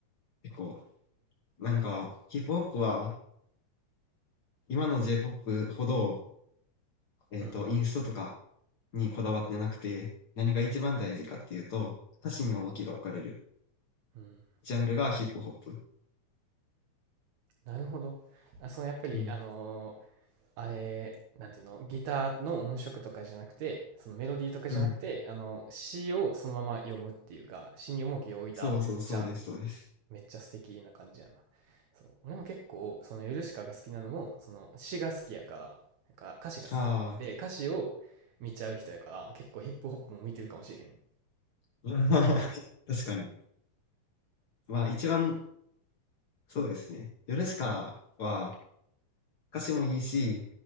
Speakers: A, on the left (about 50°); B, on the right (about 70°).
A: 結構、なんか、ヒップホップは今の J-POP ほど、えっと、
B: うん、
A: インストとかにこだわってなくて、何が一番大事かっていうと、
B: うん。
A: 歌詞に重きが置かれる
B: うん
A: ジャンルがヒップホップ。
B: なるほど。あ、そのやっぱり、
A: うん。
B: あのーあれ、なんていうの、ギターの音色とかじゃなくて、そのメロディーとかじゃなくて、
A: うん。
B: あの、詩をそのまま読むっていうか、詩に重きを置いたジャンル。
A: そうそう、そうです、そうです。
B: めっちゃ素敵な感じやな。そう。俺も結構、そのヨルシカが好きなのも、その詩が好きやから、なんか歌詞が好き。
A: ああ、
B: で、歌詞を見ちゃう人やから、結構ヒップホップも見てるかもしれへん。
A: うん <laughs> 確かに。まあ一番、そうですね。ヨルシカは、歌詞もいいし、